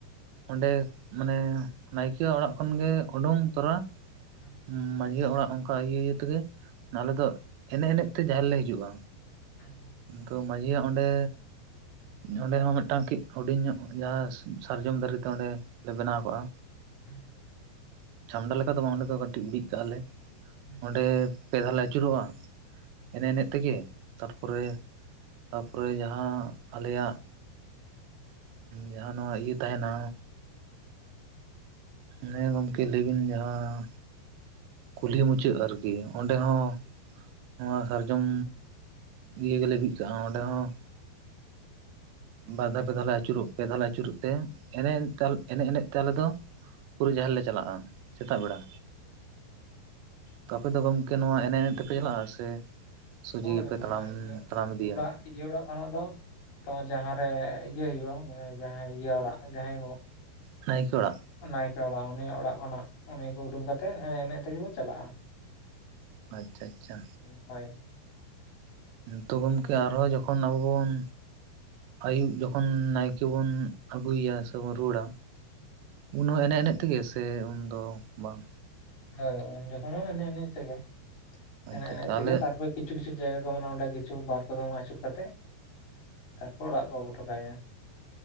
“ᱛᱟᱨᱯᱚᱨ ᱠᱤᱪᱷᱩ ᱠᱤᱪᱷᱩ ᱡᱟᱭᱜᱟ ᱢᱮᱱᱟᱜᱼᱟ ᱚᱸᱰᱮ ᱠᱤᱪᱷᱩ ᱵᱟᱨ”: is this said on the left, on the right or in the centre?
Left